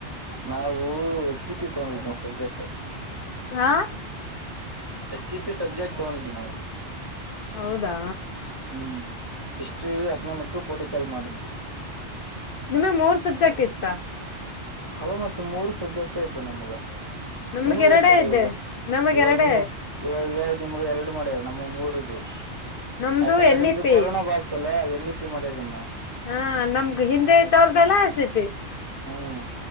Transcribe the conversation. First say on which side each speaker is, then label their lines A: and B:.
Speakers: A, on the right; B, on the left.
A: ನಾವು ಹೆಚ್ ಇ ಪಿ ತಗಂದಿದ್ವಿ ಸಬ್ಜೆಕ್ಟ್
B: ಹಾ
A: ಎಚ್ಇ ಪಿ ಸಬ್ಜೆಕ್ಟ್ ತೋ ನ
B: ಹೌದಾ
A: ಹ್ಮ ಇಷ್ಟ್ರಿ ಅಕನಾಮಿಕ್ ಪೋಟಿಕಲ್ ಮಾಡಿದ್ದು
B: ನಿಮಗ್ ಮೂರ್ ಸಬ್ಜೆಕ್ಟ್ ಇತ್ತ
A: ಹ ಮ ಮೂರು ಸ ಜೊಟ್ಟ ಇದ್ದು ನಮ್ಗ
B: ನಮ್ಗೆ
A: ನಿಮಗೆ
B: ಎರಡೇ
A: ಎಷ್ಟ ಅಲ್ಲ
B: ಇದ್ದೆ
A: ಇವಾಗ
B: ನಮಗ್
A: ಇವಾಗ
B: ಎರಡೆ
A: ನಿಮ ಇವಾಗ್ ನಿಮ್ಗೆ ಎರಡು ಮ್ಯಾರ ನಮ್ಮ ಮೂರದು
B: ನಮ್ದು
A: ಯಾಕಂದ್ರೆ
B: ಎನ್
A: ನಿಮ್ದು
B: ಇ ಪಿ
A: ಕೊರೋನಾ ಬಾಸಲ್ಲ ತಿ ಮಾಡ್ಯಮ್ಮ
B: ಹಾ ನಮ್ಗ ಹಿಂದೆ ಇದ್ದವ್ರ್ದಲ್ಲ ಸಿಬಿ
A: ಹ್ಮ್